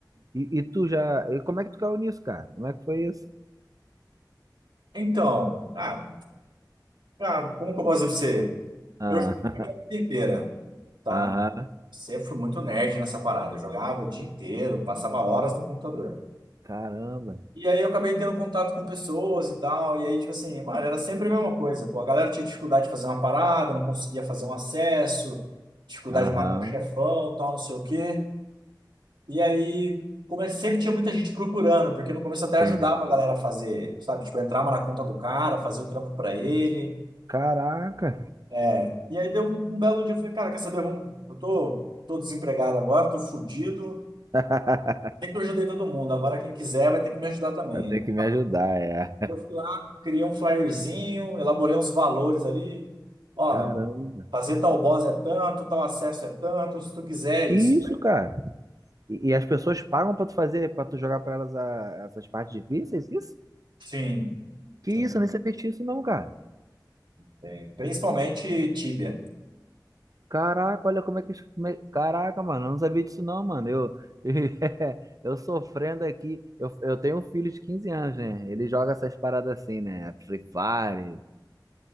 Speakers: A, on the right; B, on the right.
A: E, e tu já. E como é que tu caiu nisso, cara? Como é que foi isso?
B: Então, ah, ah, como que eu posso dizer pra você?
A: Ah,
B: Eu joguei a vida inteira, tá?
A: <laughs> Aham.
B: Sempre fui muito nerd nessa parada. Eu jogava o dia inteiro, passava horas no computador.
A: Caramba.
B: E aí eu acabei tendo contato com pessoas e tal. E aí, tipo assim, mano, era sempre a mesma coisa. Pô, a galera tinha dificuldade de fazer uma parada, não conseguia fazer um acesso, dificuldade
A: Aham.
B: de matar um chefão, tal, não sei o quê. E aí, como é- sempre tinha muita gente procurando, porque no começo eu até ajudava
A: Entendi.
B: a galera a fazer, sabe? Tipo, eu entrava na conta do cara, fazia o trampo pra ele.
A: Caraca.
B: É. E aí deu um, um belo dia, eu falei, cara, quer saber? Vamos, eu tô, tô desempregado agora, tô fudido.
A: <laughs>
B: Sempre ajudei todo mundo, agora quem quiser vai ter que me ajudar também.
A: Vai ter que me ajudar, é.
B: Aí Eu fui lá, criei um flyerzinho, elaborei uns valores ali. Ó,
A: Caramba.
B: fazer tal boss é tanto, tal acesso é tanto, se tu quiser é
A: Que
B: isso.
A: isso, cara? E, e as pessoas pagam pra tu fazer, pra tu jogar pra elas a- essas partes difíceis, isso?
B: Sim,
A: Que isso,
B: sim,
A: eu nem sabia disso não, cara.
B: tem. Principalmente Tibia.
A: Caraca, olha como é que. como é- Caraca, mano, eu não sabia disso não, mano. Eu, <laughs> eu sofrendo aqui. Eu, eu tenho um filho de 15 anos, né? Ele joga essas paradas assim, né? Free Fire,